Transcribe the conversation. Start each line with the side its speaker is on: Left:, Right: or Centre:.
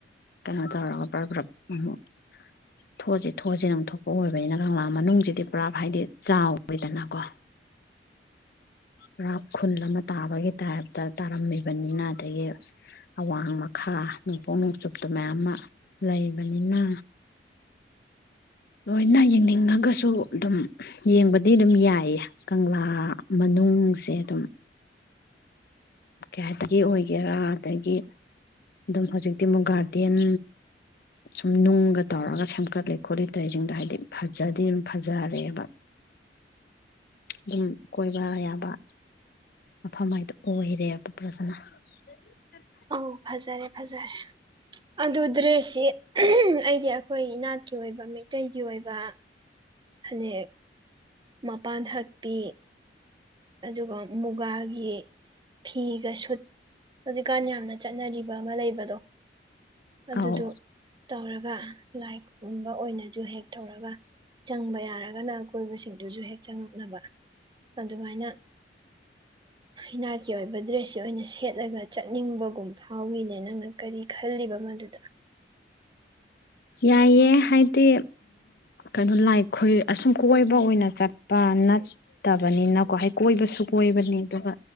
Left: ꯀꯩꯅꯣ ꯇꯧꯔꯒ ꯄꯨ꯭ꯔꯞ ꯄꯨ꯭ꯔꯞ ꯑꯃꯨꯛ ꯊꯣꯛꯑꯁꯤ ꯊꯣꯛꯑꯁꯤꯅ ꯑꯃꯨꯛ ꯑꯣꯏꯕꯅꯤꯅ ꯀꯪꯂꯥ ꯃꯅꯨꯡꯁꯤꯗꯤ ꯄꯨꯔꯥ ꯍꯥꯏꯗꯤ ꯆꯥꯎꯋꯏꯗꯅꯀꯣ ꯄꯨꯔꯥ ꯈꯨꯜ ꯑꯃ ꯇꯥꯕꯒꯤ ꯇꯥꯏꯞꯇ ꯇꯥꯔꯝꯃꯤꯕꯅꯤꯅ ꯑꯗꯒꯤ ꯑꯋꯥꯡ ꯃꯈꯥ ꯅꯣꯡꯄꯣꯛ ꯅꯣꯡꯆꯨꯞꯇꯨ ꯃꯌꯥꯝ ꯑꯃ ꯂꯩꯕꯅꯤꯅ ꯂꯣꯏꯅ ꯌꯦꯡꯅꯤꯡꯉꯒꯁꯨ ꯑꯗꯨꯝ ꯌꯦꯡꯕꯗꯤ ꯑꯗꯨꯝ ꯌꯥꯏꯌꯦ ꯀꯪꯂꯥ ꯃꯅꯨꯡꯁꯦ ꯑꯗꯨꯝ ꯀꯩ ꯍꯥꯏꯇꯒꯤ ꯑꯣꯏꯒꯦꯔꯥ ꯑꯗꯒꯤ ꯑꯗꯨꯝ ꯍꯧꯖꯤꯛꯇꯤ ꯑꯃꯨꯛ ꯒꯥꯔꯗꯦꯟ ꯁꯨꯝ ꯅꯨꯡꯒ ꯇꯧꯔꯒ ꯁꯦꯝꯒꯠꯂꯤ ꯈꯣꯠꯂꯤ ꯇꯔꯤꯁꯤꯡꯗꯣ ꯍꯥꯏꯗꯤ ꯐꯖꯗꯤ ꯑꯗꯨꯝ ꯐꯖꯔꯦꯕ ꯑꯗꯨꯝ ꯀꯣꯏꯕ ꯌꯥꯕ ꯃꯐꯝ ꯍꯥꯏꯗꯣ ꯑꯣꯏ <unintelligible>
Right: ꯑꯧ ꯐꯖꯔꯦ ꯐꯖꯔꯦ ꯑꯗꯨ ꯗ꯭ꯔꯦꯁꯁꯤ ꯑꯩꯗꯤ ꯑꯩꯈꯣꯏ ꯏꯅꯥꯠꯀꯤ ꯑꯣꯏꯕ ꯃꯩꯇꯩꯒꯤ ꯑꯣꯏꯕ ꯐꯅꯦꯛ ꯃꯄꯥꯟ ꯍꯛꯇꯤ ꯑꯗꯨꯒ ꯃꯨꯒꯥꯒꯤ ꯐꯤꯒ ꯁꯨꯠ ꯍꯧꯖꯤꯛꯀꯥꯟ ꯌꯥꯝꯅ ꯆꯠꯅꯔꯤꯕ ꯑꯃ ꯂꯩꯕꯗꯣ ꯑꯗꯨꯗꯣ
Left: ꯑꯥꯎ
Right: ꯇꯧꯔꯒ ꯂꯥꯏ ꯈꯨꯨꯝꯕ ꯑꯣꯏꯅꯁꯨ ꯍꯦꯛ ꯇꯧꯔꯒ ꯆꯪꯕ ꯌꯥꯔꯒꯅ ꯑꯀꯣꯏꯕꯁꯤꯡꯗꯨꯁꯨ ꯍꯦꯛ ꯆꯪꯉꯛꯅꯕ ꯑꯗꯨꯃꯥꯏꯅ ꯏꯅꯥꯠꯀꯤ ꯑꯣꯏꯕ ꯗ꯭ꯔꯦꯁꯁꯤ ꯑꯣꯏꯅ ꯁꯤ꯫ ꯊꯦꯠꯂꯒ ꯆꯠꯅꯤꯡꯕꯒꯨꯝꯕ ꯍꯥꯎꯋꯅꯦ ꯅꯪꯅ ꯀꯔꯤ ꯈꯜꯂꯤꯕ ꯃꯗꯨꯗ
Left: ꯌꯥꯏꯑꯦ ꯍꯥꯏꯗꯤ ꯀꯩꯅꯣ ꯂꯥꯏ ꯑꯁꯨꯝ ꯀꯣꯏꯕ ꯑꯣꯏꯅ ꯆꯠꯄ ꯅꯠꯇꯕꯅꯤꯅꯀꯣ ꯍꯥꯏ ꯀꯣꯏꯕꯁꯨ ꯀꯣꯏꯕꯅꯤ ꯑꯗꯨꯒ